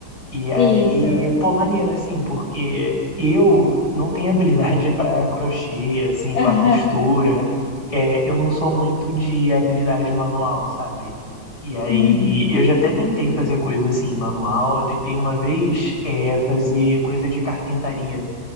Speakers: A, on the left; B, on the left.
A: E aí,
B: Isso.
A: pô, maneiro, assim, porque eu não tenho habilidade pra crochê, assim,
B: <laughs>
A: pra costura. É, eu não sou muito de habilidade manual, sabe? E aí,
B: Uhum.
A: eu já até tentei fazer coisa assim, manual. Eu tentei uma vez, é, fazer coisa de carpintaria.